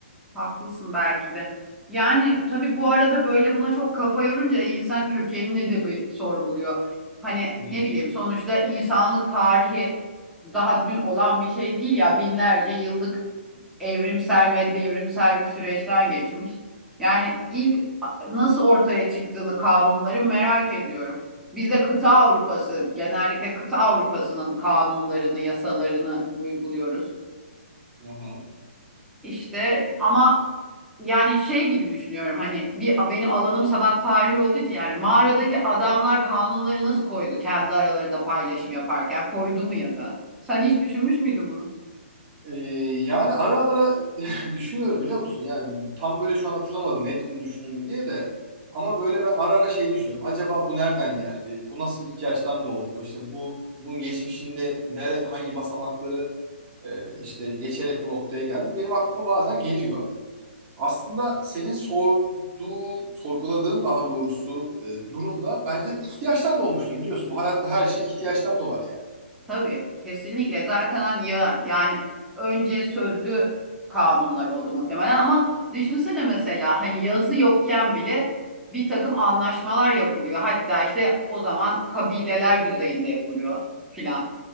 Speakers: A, in the centre; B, on the right (about 30°).
A: Haklısın belki de. Yani tabii bu arada böyle buna çok kafa yorunca insan kökenini de bir sorguluyor. Hani
B: Hmm.
A: ne bileyim sonuçta insanlık tarihi daha dün olan bir şey değil ya binlerce yıllık evrimsel ve devrimsel bir süreçten geçmiş. Yani ilk nasıl ortaya çıktığını kanunları merak ediyorum. Biz de kıta Avrupası, genellikle kıta Avrupası'nın kanunlarını, yasalarını uyguluyoruz.
B: Hı hı.
A: İşte ama yani şey gibi düşünüyorum hani bir benim alanım sanat tarihi olduğu için yani mağaradaki adamlar kanunları nasıl koydu kendi aralarında paylaşım yaparken koydu mu ya da? Sen hiç düşünmüş müydün bunu?
B: Ee, yani ara ara <laughs> düşünüyorum biliyor musun? Yani tam böyle şu an hatırlamadım net bunu düşündüm mü diye de ama böyle ben ara ara şeyi düşünüyorum. Acaba bu nereden geldi? Bu nasıl bir ihtiyaçtan doğdu? İşte bu bunun geçmişinde nere hangi basamakları e, işte geçerek bu noktaya geldi? Benim aklıma bazen geliyor. Aslında senin sorduğun, sorguladığın daha doğrusu e, durumda bence ihtiyaçtan doğmuştur biliyorsun. Bu hayatta her şey ihtiyaçtan doğar yani.
A: Tabii kesinlikle zaten hani ya yani önce sözlü kanunlar oldu muhtemelen ama düşünsene mesela hani yazı yokken bile bir takım anlaşmalar yapılıyor. Hatta işte o zaman kabileler düzeyinde yapılıyor filan.